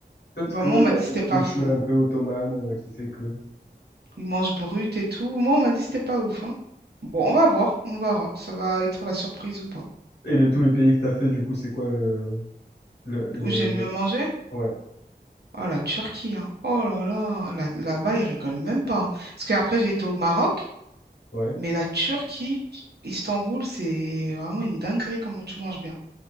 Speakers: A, on the left; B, on the right.
A: Peut-être
B: Bah,
A: qu'il
B: moi, on m'a
A: y a
B: dit
A: cette
B: que c'était pas
A: culture
B: fou.
A: un peu ottomane euh, qui fait que
B: Ils mangent brut et tout. Moi, on m'a dit que c'était pas ouf, hein. Bon, on va voir, on verra. Ça va être la surprise ou pas.
A: et de tous les pays que t'as fait du coup c'est quoi le le le,
B: Où j'ai le
A: le-
B: mieux mangé?
A: ouais
B: Oh, la Turquie, hein. Oh là là, là- là-bas, ils rigolent même pas. hein. Parce qu'après, j'ai été au Maroc,
A: ouais
B: mais la Turquie, Istanbul, c'est vraiment une dinguerie comment tu manges bien.